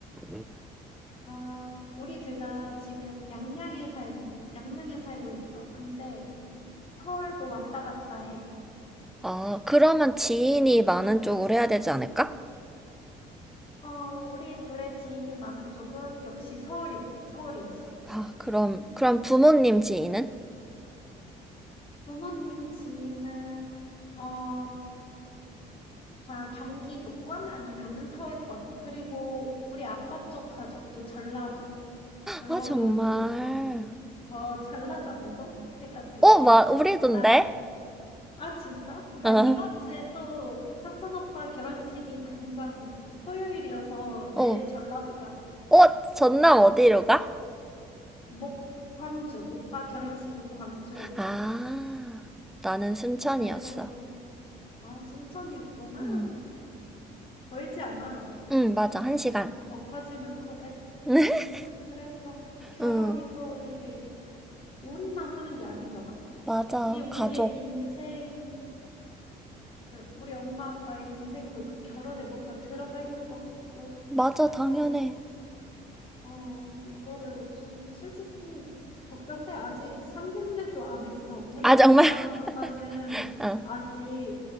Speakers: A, in the centre; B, on the left.
A: 응
B: 아, 우리 둘 다 지금 양양에 살 양양에 살고 있어. 근데 서울도 왔다 갔다 해.
A: 어, 그러면 지인이 많은 쪽으로 해야 되지 않을까?
B: 음, 어, 우리 둘의 지인이 많은 쪽은 역시 서울이, 서울이지.
A: 아, 그럼,
B: 음,
A: 그럼 부모님 지인은?
B: 부모님 지인은, 어, 다 경기도권 아니면은 서울권. 그리고 우리 아빠 쪽 가족도 전라도. 전라도여서
A: 아, 정말.
B: 뭐 그거는, 어, 전라남도? 해가지고.
A: 어,
B: <laughs>
A: 막, 우리던데?
B: 나, 아, 진짜? 나
A: 어,
B: 이번 주에 또 사촌 오빠 결혼식이 당장 토요일이어서 내일
A: 어,
B: 전라도 가.
A: 어, 전남 어디로 가?
B: 목 광주. 오빠 결혼식은 광주에서
A: 아,
B: 해.
A: 나는 순천이었어.
B: 그래서 아, 순천이었구나.
A: 음,
B: 음, 멀지 않아.
A: 음, 맞아.
B: 그냥
A: 한 시간.
B: 다 엎어지면 커다했
A: <laughs>
B: 아, 그래서 결혼이
A: 응,
B: 또 이게 우리만 하는 게 아니잖아.
A: 맞아.
B: 이 우리의
A: 가족.
B: 인생을 우리 엄마 아빠의 인생도 그 결혼에 뭔가 들어가 있는 것 같고.
A: 맞아,
B: 그래서
A: 당연해.
B: 어 이거를 참 솔직히 걱정돼. 아직 상견례도 안 했어. 우리
A: 아,
B: 엄마
A: 정말?
B: 아빠는
A: <laughs> 어.
B: 아직